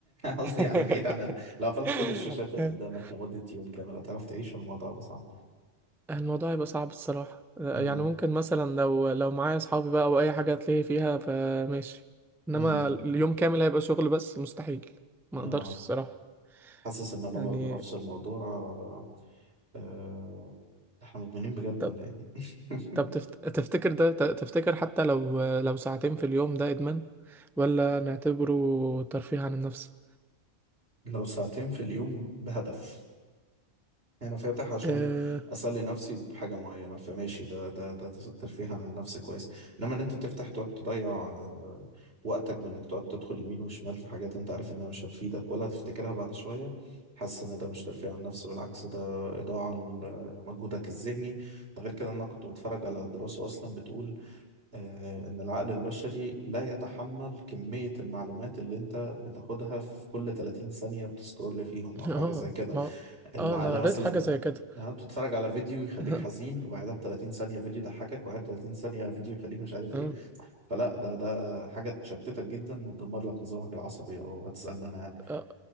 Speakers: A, on the right; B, in the centre.
A: <laughs> قصدي
B: <laughs>
A: يعني بعيد عن ال... لو قفلت كل الشاشات اللي قدامك لمدة يوم كامل هتعرف تعيش ولا الموضوع هيبقى صعب
B: الموضوع هيبقى صعب الصراحة يعني
A: امم
B: ممكن مثلا لو لو معايا أصحابي بقى أو أي حاجة هتلاقي فيها فماشي إنما
A: امم
B: اليوم كامل هيبقى شغل بس مستحيل ما
A: اه
B: أقدرش الصراحة
A: حاسس ان انا
B: يعني
A: برضو نفس الموضوع آه، آه، احنا مدمنين بجد
B: طب
A: ولا ايه <laughs>
B: طب تفت... تفتكر ده ت- تفتكر حتى لو لو ساعتين في اليوم ده إدمان ولا نعتبره ترفيه عن النفس؟
A: لو ساعتين في اليوم بهدف انا فاتح عشان
B: آه
A: اسلي نفسي بحاجه معينه فماشي ده ده ده ترفيه عن النفس كويس انما ان انت تفتح تقعد تضيع آه، وقتك بانك تقعد تدخل يمين وشمال في حاجات انت عارف انها مش هتفيدك ولا هتفتكرها بعد شويه حاسس ان ده مش ترفيه عن النفس بالعكس ده اضاعه لمجهودك الذهني ده غير كده إن انا كنت بتفرج على دراسه اصلا بتقول آه، إن العقل البشري لا يتحمل كمية المعلومات اللي أنت بتاخدها في كل 30 ثانية بتسكرول فيهم
B: <laughs>
A: أو حاجة
B: آه،
A: زي كده
B: ما
A: العقل
B: آه أنا قريت
A: مثلا
B: حاجة زي كده
A: إنها بتتفرج على فيديو يخليك
B: <laughs>
A: حزين وبعدها ب 30 ثانية فيديو يضحكك وبعدها ب 30 ثانية فيديو يخليك مش عارف
B: آه
A: إيه فلا ده ده حاجة تشتتك جدا وتدمر لك نظامك العصبي لو هتسألني أنا يعني
B: اه